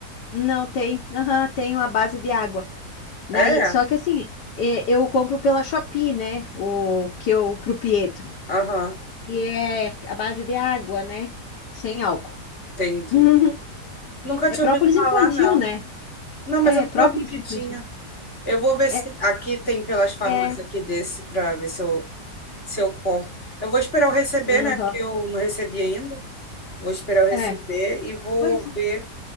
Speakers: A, on the left (about 85°); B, on the left (about 35°).
A: não tem, aham, tem a base de água. Daí,
B: É?
A: só que assim, é, eu compro pela Shopee, né? O que eu pro Pietro.
B: Aham.
A: E é a base de água, né? Sem álcool.
B: Entendi.
A: <laughs>
B: Nunca
A: É
B: tinha
A: própolis
B: ouvido falar,
A: infantil,
B: não.
A: né?
B: Não, mas
A: É,
B: eu não
A: própolis
B: sabia que
A: infantil.
B: tinha. Eu vou ver se
A: É,
B: aqui tem pelas farmácias
A: é,
B: aqui desse para ver se eu, se eu compro. Eu vou esperar eu receber,
A: aham,
B: né? Porque eu não recebi ainda. Vou esperar eu receber
A: é.
B: e vou
A: Pois
B: ver